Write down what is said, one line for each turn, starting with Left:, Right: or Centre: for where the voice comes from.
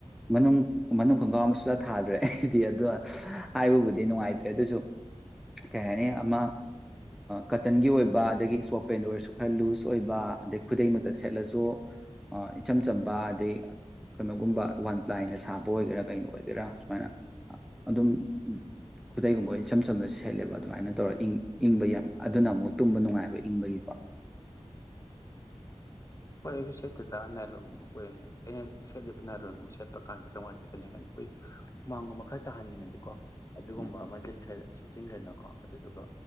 Centre: ꯃꯅꯨꯡ ꯃꯅꯨꯡ ꯈꯣꯡꯒ꯭ꯔꯥꯎ ꯑꯃ ꯁꯨꯊꯥ ꯊꯥꯗ꯭ꯔꯦ ꯑꯩꯗꯤ ꯑꯗꯣ ꯍꯥꯏꯕꯕꯨꯗꯤ ꯅꯨꯡꯉꯥꯏꯇ꯭ꯔꯦ ꯑꯗꯨꯑꯣꯏꯁꯨ ꯀꯩ ꯍꯥꯏꯅꯤ ꯑꯃ ꯀꯇꯟꯒꯤ ꯑꯣꯏꯕ ꯑꯗꯒꯤ ꯏꯁꯄꯣꯠꯄꯦꯟꯗ ꯑꯣꯏꯁꯨ ꯈꯔ ꯂꯨꯖ ꯑꯣꯏꯕ ꯑꯗꯩ ꯈꯨꯗꯩꯃꯛꯇ ꯁꯦꯠꯂꯖꯨ ꯏꯆꯝ ꯆꯝꯕ ꯑꯗꯩ ꯀꯩꯅꯣꯒꯨꯝꯕ ꯋꯥꯟ ꯄ꯭ꯂꯥꯏꯅ ꯁꯥꯕ ꯕꯣꯑꯣꯏꯒꯦꯔꯥ ꯀꯩꯅ ꯑꯣꯏꯒꯦꯔꯥ ꯁꯨꯃꯥꯏꯅ ꯑꯗꯨꯝ ꯈꯨꯗꯩꯒꯨꯝꯕ ꯏꯆꯝ ꯆꯝꯅ ꯁꯦꯠꯂꯦꯕ ꯑꯗꯨꯃꯥꯏꯅ ꯇꯧꯔ ꯏꯪꯕ ꯌꯥꯝ ꯑꯗꯨꯅ ꯑꯃꯨꯛ ꯇꯨꯝꯕ ꯅꯨꯡꯉꯥꯏꯕ ꯏꯪꯕꯒꯤꯀꯣ꯫
Left: ꯍꯣꯏ ꯑꯗꯨ ꯁꯦꯠꯇ‌ꯦꯗ ꯅꯥꯏꯂꯣꯟꯒꯨꯝꯕ ꯀꯣꯏꯔꯦꯅ ꯑꯩꯅ ꯁꯦꯠꯂꯤꯕ ꯅꯥꯏꯂꯣꯟꯒꯨꯝꯕ ꯁꯦꯠꯄ ꯀꯥꯟꯗ ꯀꯔꯝꯀꯥꯟ ꯆꯦꯠꯀꯅꯤ ꯍꯥꯏꯀꯥꯟꯗ ꯑꯩꯈꯣꯏ ꯍꯨꯃꯥꯡꯒꯨꯝꯕ ꯈꯔ ꯇꯥꯍꯟꯅꯤꯡꯉꯗꯤꯀꯣ ꯑꯗꯨꯒꯨꯝꯕ
Centre: ꯎꯝ
Left: ꯑꯃ ꯂꯤꯠꯈ꯭ꯔ‌ꯦ ꯆꯤꯡꯒꯅꯀꯣ ꯑꯗꯨꯗꯨꯒ